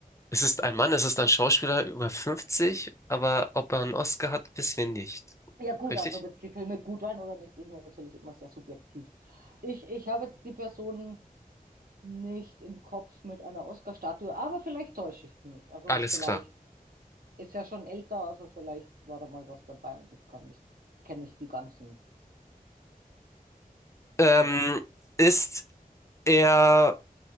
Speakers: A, on the left (about 20°); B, on the right (about 75°).
A: es ist ein Mann, es ist ein Schauspieler über 50, aber ob er einen Oscar hat, wissen wir nicht.
B: Ja gut,
A: Richtig?
B: also ob jetzt die Filme gut waren oder nicht, ist natürlich immer sehr subjektiv. Ich, ich habe jetzt die Person nicht im Kopf mit einer Oscar-Statue, aber vielleicht täusche ich mich. Also
A: Alles
B: vielleicht
A: klar.
B: Ist ja schon älter, also vielleicht war da mal was dabei und ich kann nicht, kenne nicht die ganzen.
A: Ähm,
B: Ja.
A: ist er